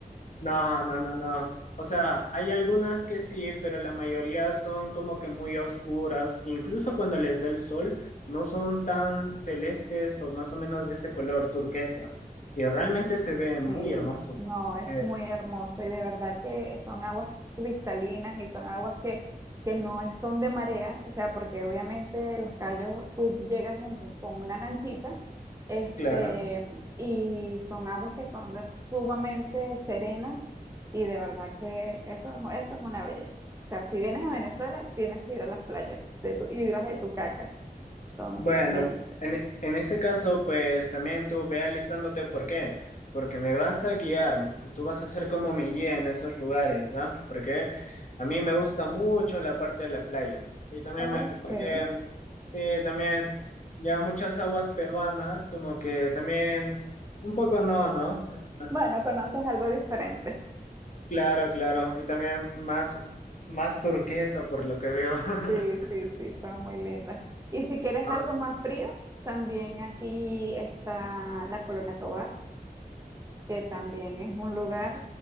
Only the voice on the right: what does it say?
Sí,
no,
es
muy hermoso y de verdad que son aguas cristalinas y son aguas que, que no es- son de marea, o sea, porque obviamente los callos, tú llegas en- con una lanchita, este,
y son aguas que son de- sumamente serenas y de verdad que eso, eso es una belleza. O sea, si vienes a Venezuela, tienes que ir a las playas de tu, y las de Tucacas, son
bellísimas.
Ok,
bueno, conoces algo diferente.
Sí, sí, sí, está muy linda. Y si quieres
algo
más frío, también aquí está la Colonia Tovar, que también es un lugar,